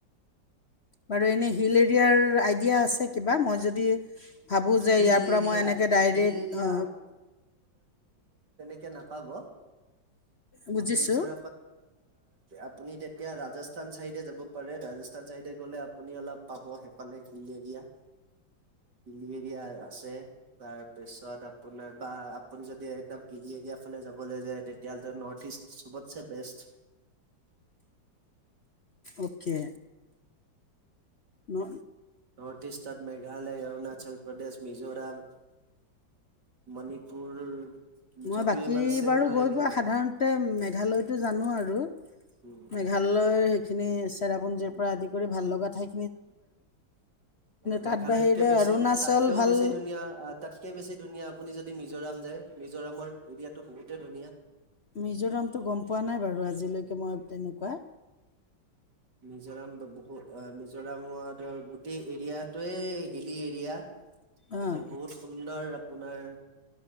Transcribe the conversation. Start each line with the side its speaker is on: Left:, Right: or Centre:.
Left: মাৰু এনে হিলে। য় আইডিয়া আছে কিবা মই যদি ভাবোঁ যে
Right: হিল
Left: ইয়াৰ পৰা
Right: এৰিয়া
Left: মই এনেকৈ ডাইৰেক্ট।
Right: হিল এৰিয়া কে পাব
Left: বুজিছোঁ
Right: অমৃতসৰ। আপুনি তেতিয়া ৰাজস্থান চাইডে যাব পাৰে ৰাজস্থান চাইডে গ'লে। আপুনি অলপ পাব। হিল এৰিয়া হিল এৰিয়া আছে তাৰপিছত আপোনাৰ বা আপুনি যদি একদম হিলী এৰিয়া ফালে যাবলৈ যায় তেতিয়াহলে নৰ্থ ইষ্ট চবতছে বেষ্ট।
Left: অ'কে না।
Right: নৰ্থ ইষ্ট তাত মেঘালয় অৰুণাচল। উ্ত প্ৰদেশ মিজোৰাম মণিপুৰ।
Left: মই
Right: যদিও
Left: বাকী
Right: ইমান ছেফ
Left: বাৰু
Right: নহয়
Left: গৈ
Right: বুলি
Left: পোৱা
Right: কয়।
Left: সাধাৰণতে মেঘালয়টো জানো আৰু
Right: উম,
Left: মেঘালয় সেইখিনি চেৰাপুঞ্জীৰ পৰা আদি কৰি ভাল লগা থ।
Right: মেঘালয়তকে
Left: তাত বাহিৰে
Right: বেছি
Left: অৰুণাচল
Right: তাতকেও
Left: ভাল
Right: বেছি ধুনীয়া আহ তাতকে বেছি ধুনীয়া। আপুনি যদি মিজোৰাম যায়, মিজোৰামৰ এৰিয়াতটো বহুতে ধুনীয়া।
Left: মিজোৰামটো গম পোৱা নাই বাৰু আজিলৈকে মই তেনেকুৱা।
Right: মিজোৰাম বহুত মিজোৰামত গোটেই এৰিয়াটয়ে হ এৰিয়া
Left: অঁ
Right: আৰু বহুত সুন্দৰ। আপোনাৰ